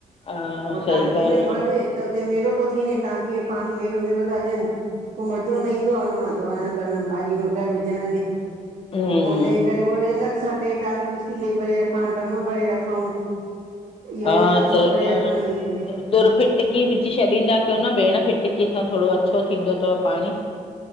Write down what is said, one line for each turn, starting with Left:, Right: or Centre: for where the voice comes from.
Left: हा
Right: पो
Left: सही
Right: टांकियुनि
Left: ॻाल्हि
Right: में भरे त उते मेरो थो थी वञे टांकी में पाणी मेरो मेरो था ॾियनि पो मज़ो न ईंदो आ हुन मां धोअण करण भाॼियूं वग़ैरह विझण में
Left: हूं!
Right: इनजे करे वरी अलॻि सां टे टांकियूं स्टील भरे रखां डम भरे रखूं। इहो
Left: हा
Right: वरी अलॻ
Left: सही
Right: सां भरे
Left: ॻाल्हि
Right: रखंदा आहियूं हेठ।
Left: आ तुर फिटकी विझी छॾींदा कयो न भेण फिटकीअ सां थोड़ो अच्छो थींदो तव। पाणी